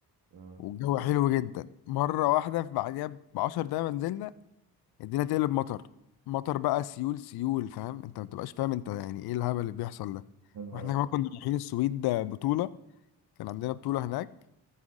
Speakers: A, on the right; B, on the left.
A: اه
B: والجو حلو جدا مره واحده في بعديها بعشر دقايق ما نزلنا الدنيا تقلب مطر مطر بقى سيول سيول فاهم انت ما بتبقاش فاهم انت يعني ايه الهبل اللي بيحصل ده
A: يا نهار
B: واحنا
A: ابيض
B: كمان كنا رايحين السويد بطوله كان عندنا بطوله هناك